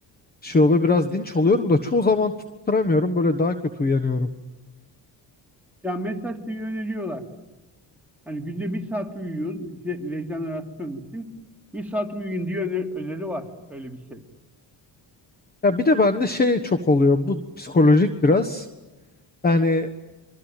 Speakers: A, on the left; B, in the centre.
A: şey oluyor biraz dinç oluyorum da çoğu zaman tutturamıyorum böyle daha kötü uyanıyorum.
B: Ya mesela şeyi öneriyorlar. Hani günde bir saat uyuyun je- rejenerasyon için. Bir saat uyuyun diye öne- öneri var. Öyle bir şey.
A: Ya bir de bende şey çok oluyor bu psikolojik biraz yani